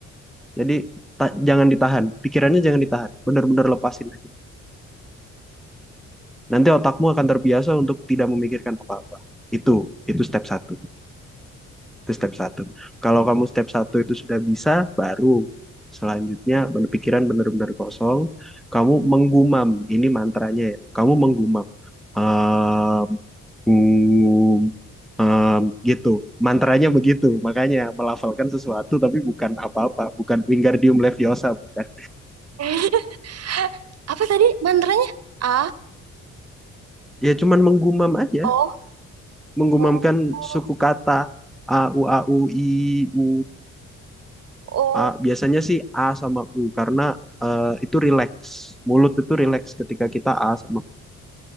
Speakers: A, in the centre; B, on the right (about 55°).
A: jadi ta- jangan ditahan pikirannya jangan ditahan bener-bener lepasin aja nanti otakmu akan terbiasa untuk tidak memikirkan apa-apa itu itu step satu Itu step satu. Kalau kamu step satu itu sudah bisa, baru selanjutnya bener- pikiran benar-benar kosong. Kamu menggumam, ini mantranya ya. Kamu menggumam. Ehm, hmm, gitu. Mantranya begitu. Makanya melafalkan sesuatu tapi bukan apa-apa. Bukan Wingardium Leviosa, bukan.
B: <laughs> Apa tadi mantranya? A,
A: Ya cuman menggumam aja.
B: O,
A: Menggumamkan
B: O, O,
A: suku kata. A, U, A, U, I, U.
B: O,
A: A, biasanya sih A sama U karena eh, itu relax. Mulut itu relax ketika kita A sama U